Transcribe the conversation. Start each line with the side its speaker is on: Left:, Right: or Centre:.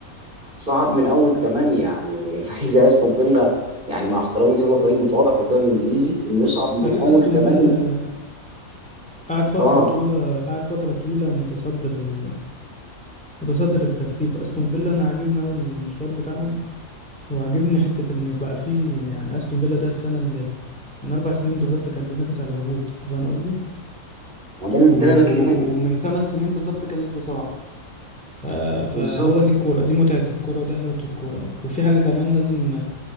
Right: صعد من اول ثمانيه يعني <laughs> فريق زي استون فيلا يعني مع احترامي ليه هو فريق متواضع في الدوري الانجليزي انه يصعد من
Centre: فريق
Right: اول
Centre: أستون
Right: ثمانيه
Centre: فيلا قعد فترة
Right: اه
Centre: طويلة قعد فترة طويلة متصدر ال... متصدر الترتيب أستون فيلا أنا عاجبني أوي المشوار بتاعهم وعاجبني حتة إن بقى فيه يعني أستون فيلا ده السنة اللي من أربع سنين بالظبط كان بينافس على الهبوط أنت فاهم قصدي؟
Right: ما ده
Centre: و-
Right: ده اللي انا
Centre: و-
Right: بكلمك فيه
Centre: ومن خمس سنين بالظبط كان لسه صاعد ف-
Right: بالظبط
Centre: فهو دي الكورة دي متعة الكورة ودي حلاوة الكورة وفي حاجة كمان لازم